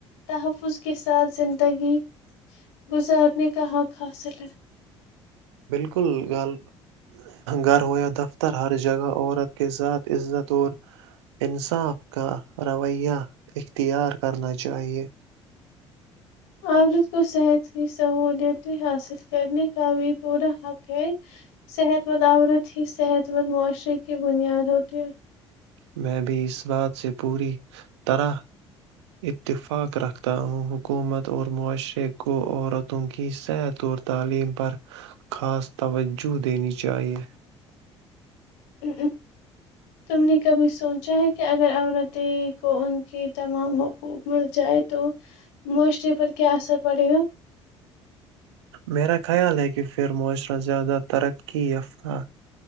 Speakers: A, on the left; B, on the right.
A: تحفظ کے ساتھ زندگی گزار نہیں کہاں کھاصلے
B: بالکل گھر گھر ہویا دفتر ہر جگہ عورت کے ساتھ عزت اور انصاف کا رویہ اختیار کرنا چاہیے
A: عولد کو صحت کی سہولتیں حاصل کرنے کا بھی پورا حق ہے صحت اس مند عورت ہی صحت مند معاشرے کی بنیاد ہوتی ہے
B: میں بھی اس بات سے پوری طرح اتفاق رکھتا ہوں حکومت اور معاشرے کو عورتوں کی صحت اور تعلیم پر خاص توجہ دینی چاہیے
A: ا تم نے کبھی سوچا ہے کہ اگر عورتیں کو ان کے تمام حقوق مل جائے تو معاشرے پر کیا اثر پڑے گا
B: میرا خیال ہے کہ پھر معاشرہ زیادہ ترقی یافتہ